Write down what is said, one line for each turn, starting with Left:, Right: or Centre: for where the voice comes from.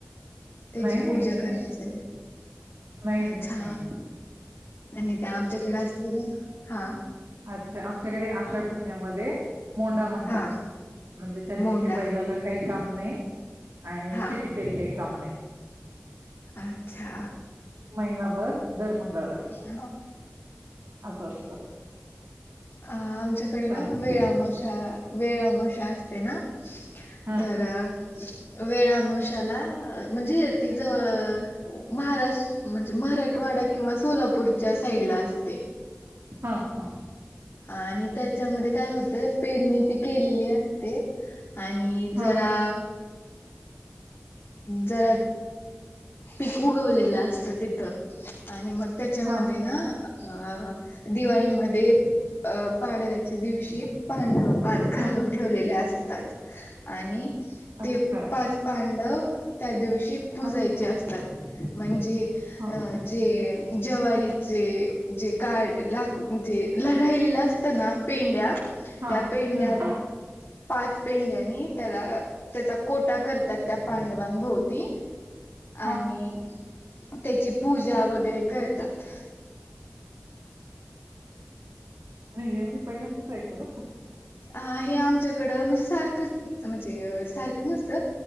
Left: त्याची
Right: नाही, नाही
Left: पूजा
Right: हे
Left: करण्या
Right: नाही. नाही,
Left: अच्छा
Right: नाही, नाही
Left: आणि त्या आमच्याकडे असते ना हा.
Right: अच्छा आमच्याकडे आषाढ महिन्या मध्ये मोंडा म्हणतात
Left: हा
Right: म्हणे त्या
Left: मोंडा
Right: दि बैला ला काय काम नाही आणि
Left: हा
Right: शेतीतही काही काम नाही.
Left: अच्छा.
Right: महिनाभर दर मंगळवारी
Left: हा
Right: असं असतं.
Left: अ आमच्याकडे ना
Right: बाकी
Left: वेळआमोशा वेळआमोशा असते ना.
Right: हा
Left: तर वेळाआमोशाला म्हणजे तिज महाराष्ट्र म्हणजे मराठवाडा किंवा सोलापूरच्या साईडला असते.
Right: हा हा.
Left: आणि त्याच्यामध्ये काय होतं पेरणी ती केलेली असते. आणि
Right: हा
Left: जरा जरा पीक उगवलेलं असत तिथं आणि मग त्याच्यामध्ये
Right: हा
Left: ना अ दिवाळीमध्ये अ पाडव्या दिवशी पान पात घालून
Right: हा
Left: ठेवलेले असतात. आणि
Right: अच्छा
Left: ते पाच पांडव त्या दिवशी पूजायची
Right: हा
Left: असतात. म्हणजे
Right: हा
Left: जे जवारीचे जे काड लाक जे राहिलेलं असतना पेंड्या.
Right: हा
Left: त्या पेढ्या
Right: हम्म
Left: पाच पेंड्यानी त्याला त्याचा कोटा करतात त्या पांडवांभोवती
Right: हा
Left: आणि त्याची पूजा वगैरे करतात.
Right: नाहीे मी पहिल्यांदाच ऐकलो बरं का.
Left: हा हे आमच्याकडं म्हणजे सारखंच म्हणजे सारखं नसतं